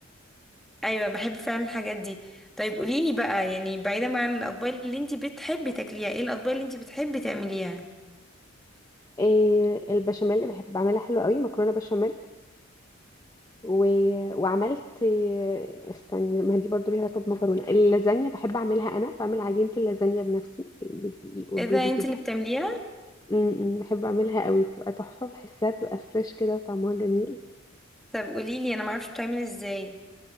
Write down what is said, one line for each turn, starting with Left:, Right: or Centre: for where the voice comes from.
Centre: ايوه بحب فعلا الحاجات دي طيب قوليلي بقى يعني بعيدا عن الاطباق اللي انت بتحبي تاكليها ايه الاطباق اللي انت بتحبي تعمليها
Left: إيه البشاميل اللي بحب اعملها حلوه قوي مكرونه بشاميل و... وعملت إيه استني ما هي دي برضه ليها علاقه بمكرونه اللازانيا بحب اعملها انا بعمل عجينه اللازانيا بنفسي بالدقيق والبيض
Centre: اذا
Left: وكده
Centre: انت اللي بتعمليها
Left: امم بحب اعملها قوي بتبقى تحفه بحسها بتبقى فريش كده وطعمها جميل
Centre: طب قوليلي انا معرفش بتعمل ازاي